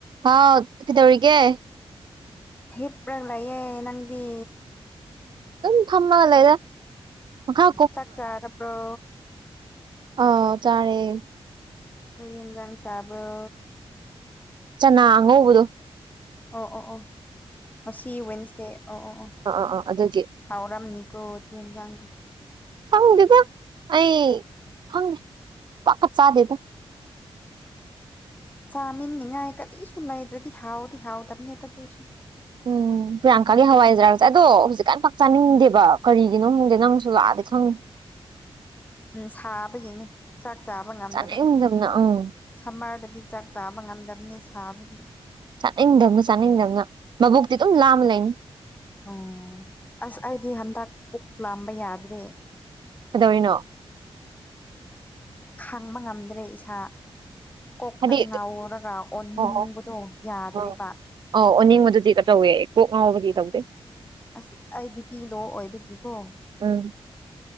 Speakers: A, on the right; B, on the left.
A: ꯍꯥꯎ ꯊꯤꯗꯧꯔꯤ ꯀꯦ
B: ꯍꯤꯞ꯭ꯔꯒꯂꯌꯦꯦ ꯅꯪꯗꯤ
A: ꯑꯗꯨꯝ ꯊꯝꯃꯒꯜ ꯂꯩꯗ ꯃꯈꯥ
B: ꯆꯥꯛ ꯆꯥꯔ ꯑꯞ꯭ꯔꯣ
A: ꯑ ꯆꯥꯔꯦ
B: ꯀꯔꯤ ꯏꯟꯖꯥꯡ ꯆꯥꯕ꯭ꯔꯣ
A: ꯆꯅꯥ ꯑꯉꯧꯕꯗꯣ
B: ꯑꯣ ꯑꯣ ꯑꯣ ꯉꯁꯤ ꯋꯦꯟꯅꯁꯗꯦ ꯑꯣ ꯑꯣ ꯑꯣ
A: ꯑꯥ ꯑꯥ ꯑꯥ ꯑꯗꯨꯒꯤ
B: ꯍꯥꯎꯔꯝꯅꯤ ꯀꯣ ꯊꯣꯏꯟꯖꯥꯡꯗꯤ
A: ꯈꯪꯗꯦꯗ ꯑꯩ ꯈꯪꯉꯦ ꯄꯥꯛꯀ ꯆꯥꯗꯦꯗ <unintelligible>
B: ꯆꯥꯃꯤꯟꯅꯤꯉꯥꯏ ꯀꯔꯤꯁꯨꯨ ꯂꯩꯇ꯭ꯔꯗꯤ ꯍꯥꯎꯗꯤ ꯍꯥꯎꯗꯝꯅꯤ ꯇꯗꯨꯁꯨ
A: ꯎꯝ ꯄ꯭ꯔꯤꯌꯥꯡꯀꯥꯒꯤ ꯍꯋꯥꯏꯖꯥꯔꯖꯦ ꯑꯗꯣ ꯍꯧꯖꯤꯛꯀꯥꯟ ꯄꯥꯛ ꯆꯥꯅꯤꯡꯗꯦꯕ ꯀꯔꯤꯒꯤꯅꯣ ꯈꯪꯗꯦ ꯅꯪꯖꯨ ꯂꯥꯛꯑꯗꯤ ꯈꯪꯅꯤ <unintelligible>
B: ꯎꯝ ꯁꯥꯕꯒꯤꯅꯤ ꯆꯥꯛ ꯥꯆꯥꯕ ꯉꯝꯗꯕꯅꯤ
A: ꯆꯥꯅꯤꯡꯗꯕꯅ ꯎꯝ
B: ꯁꯝꯃꯔꯗꯗꯤ ꯆꯥꯛ ꯆꯥꯕ ꯉꯝꯗꯝꯅꯦ ꯁꯥꯕꯒꯤ
A: ꯆꯥꯅꯤꯡꯗꯝꯅ ꯆꯥꯅꯤꯡꯗꯝꯅ ꯃꯕꯨꯛꯇꯤ ꯗꯨꯝ ꯂꯥꯝ ꯂꯩꯅꯤ
B: ꯎꯝ ꯑꯁ ꯑꯩꯗꯤ ꯍꯟꯗꯛ ꯄꯨꯛ ꯂꯥꯝꯕ ꯌꯥꯗ꯭ꯔꯦ
A: ꯀꯩꯗꯧꯔꯤꯅꯣ
B: ꯈꯥꯡꯕ ꯉꯝꯗ꯭ꯔꯦ ꯏꯁꯥ ꯀꯣꯛꯇꯪ
A: ꯍꯥꯏꯗꯤ
B: ꯉꯥꯎꯔꯒ ꯑꯣꯟꯅꯤꯡꯕꯗꯣ
A: ꯑꯣ ꯑꯣ
B: ꯌꯥꯗ꯭ꯔꯦꯕ
A: ꯑꯣ ꯑꯧ ꯑꯣꯅꯤꯡꯕꯗꯨꯗꯤ ꯀ ꯇꯧꯋꯦ ꯀꯣꯛ ꯉꯥꯎꯕꯗꯤ ꯇꯧꯗꯦ
B: ꯑꯁ ꯑꯩ ꯕꯤꯄꯤ ꯂꯣ ꯑꯣꯏꯕꯒꯤꯀꯣ
A: ꯎꯝ